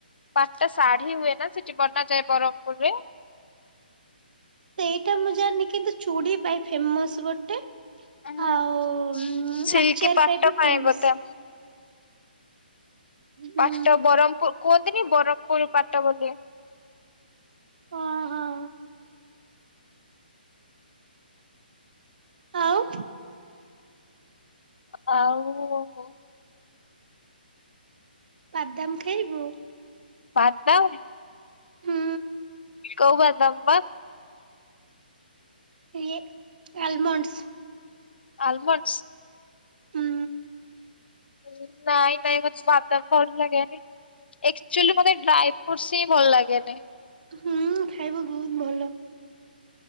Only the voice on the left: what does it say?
ପାଟ ଶାଢୀ ହୁଏ ନା ସେଠି ବନାଯାଏ ବରମ୍ ପୁର୍‌ ରେ।
ଉଁ
ସିଲ୍କି
ପାଟ
ପାଇଁ
ବୋଧେ।
ପାଟ ବରମ୍ ପୁ କୁଅନ୍ତିନି ବରମ୍ ପୁରୁ ପାଟ ବୋଲି।
ଆଉ
ବାଦାମ?
କୋଉ ବାଦାମ୍ ବାସ୍
ଆଲମଣ୍ଡସ୍?
ଉଁ ନାଇଁ ନାଇଁ ମତେ ସେ ବାଦାମ୍ ଭଲ ଲାଗେନି। ଏକ୍ଚୁଲି ମୋତେ ଡ୍ରାଏ ଫ୍ରୁଟ୍ ସ୍ ହିଁ ଭଲ ଲାଗେନି।